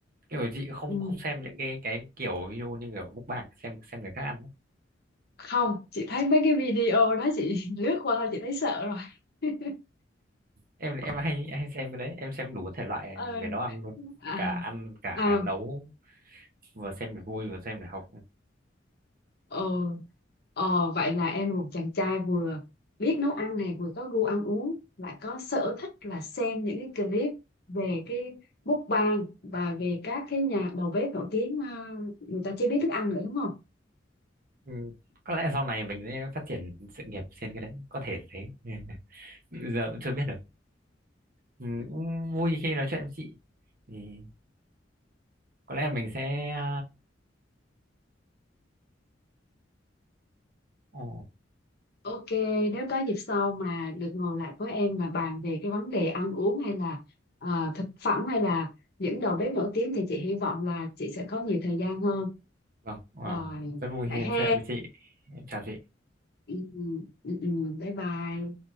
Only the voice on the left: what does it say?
ừ.
không chị thấy mấy cái video đó chị <laughs> lướt qua thôi chị thấy sợ rồi <laughs>
Ờ,
à
à
ờ ờ vậy là em một chàng trai vừa biết nấu ăn này vừa có gu ăn uống lại có sở thích là xem những cái clip về cái mukbang và về các cái nhà đầu bếp nổi tiếng ờ, người ta chế biến thức ăn nữa đúng không
ừ
Ok, nếu có dịp sau mà được ngồi lại với em và bàn về cái vấn đề ăn uống hay là à, thực phẩm hay là những đầu bếp nổi tiếng thì chị hy vọng là chị sẽ có nhiều thời gian hơn.
Rồi,
vậy
ha.
Ừ, ừ, ừ, ừ, bye bye.